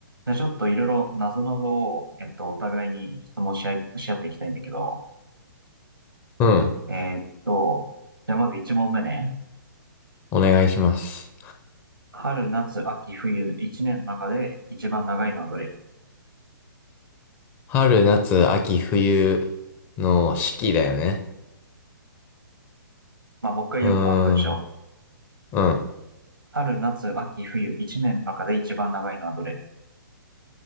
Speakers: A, on the right; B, on the left.
A: じゃあちょっといろいろなぞなぞを、えっと、お互いに質問し合い、し合っていきたいんだけど、
B: うん。
A: えーっと、じゃあまず1問目ね。
B: お願いします。
A: 春、夏、秋、冬、1年の中で一番長いのはどれ
B: 春、夏、秋、冬の四季だよね。
A: まあ、もう一回読むわ、
B: うーん。
A: 文章。
B: うん。
A: 春、夏、秋、冬、1年の中で一番長いのはどれ